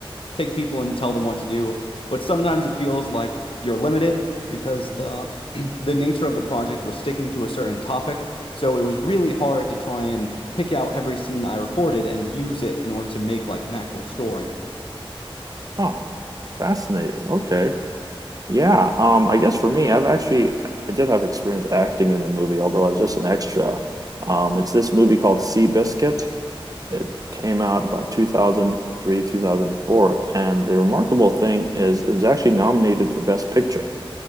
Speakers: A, on the left; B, on the right.
A: take people and tell them what to do, but sometimes it feels like you're limited because the <clears throat> the nature of the project was sticking to a certain topic, so it was really hard to try and pick out every scene that I recorded and use it in order to make like an actual story.
B: Huh, fascinating. Okay. Yeah, um, I guess for me, I've actually I did have experience acting in a movie, although I was just an extra. Um, it's this movie called Sea Biscuit. It came out about 2003, 2004, and the remarkable thing is it was actually nominated for Best Picture.